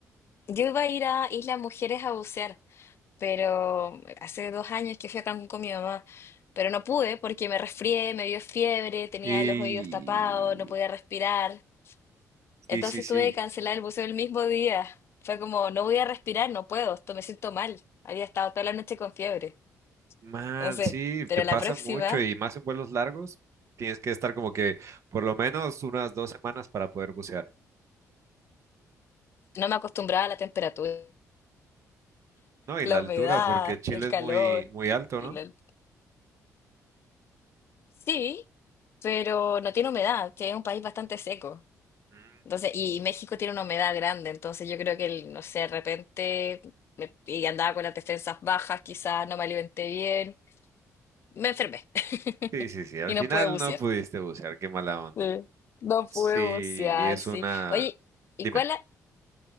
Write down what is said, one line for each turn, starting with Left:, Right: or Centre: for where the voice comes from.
Left: yo iba a ir a Isla Mujeres a bucear. pero hace dos años que fui a Cancún con mi mamá, pero no pude porque me resfrié, me dio fiebre, tenía
Right: Y
Left: los oídos tapados, no podía respirar.
Right: sí,
Left: Entonces
Right: sí, sí,
Left: tuve que cancelar el buceo el mismo día. Fue como, no voy a respirar, no puedo, esto me siento mal. Había estado toda la noche con fiebre.
Right: mal,
Left: Entonces,
Right: sí,
Left: pero
Right: te pasa
Left: la próxima
Right: mucho y más en vuelos largos, tienes que estar como que por lo menos unas dos semanas para poder bucear,
Left: no me acostumbraba a la temperatura,
Right: ¿no? Y
Left: la
Right: la altura,
Left: humedad,
Right: porque Chile
Left: el
Right: es
Left: calor.
Right: muy, muy alto,
Left: Y
Right: ¿no?
Left: la- Sí, pero no tiene humedad, que es un país bastante seco.
Right: Mm,
Left: Entonces, y México tiene una humedad grande, entonces yo creo que, el, no sé, de repente, me- y andaba con las defensas bajas, quizás no me alimenté bien, me enfermé <laughs>
Right: Sí, sí, sí, al
Left: y no
Right: final
Left: pude bucear.
Right: no pudiste bucear, qué mala onda.
Left: Sí, no pude
Right: Sí,
Left: bucear,
Right: es
Left: sí.
Right: una...
Left: Oye, ¿y
Right: Dime,
Left: cuál, ha-